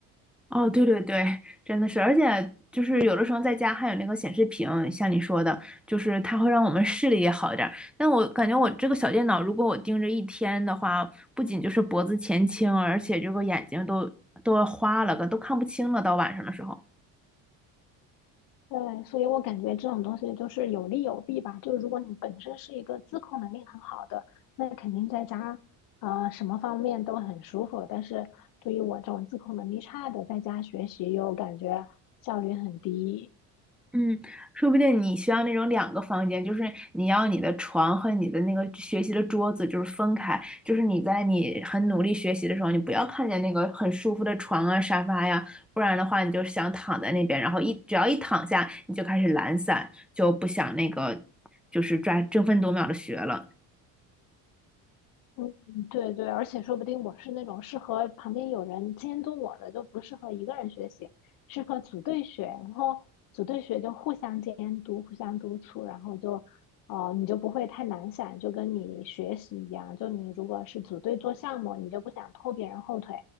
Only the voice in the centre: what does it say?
哦，对对对，真的是，而且就是有的时候在家还有那个显示屏，像你说的，就是它会让我们视力也好一点儿。但我感觉我这个小电脑，如果我盯着一天的话，不仅就是脖子前倾，而且这个眼睛都都花了个，都看不清了，到晚上的时候。
嗯，说不定你需要那种两个房间，就是你要你的床和你的那个学习的桌子就是分开，就是你在你很努力学习的时候，你不要看见那个很舒服的床啊、沙发呀，不然的话你就想躺在那边，然后一只要一躺下，你就开始懒散，就不想那个就是抓争分夺秒的学了。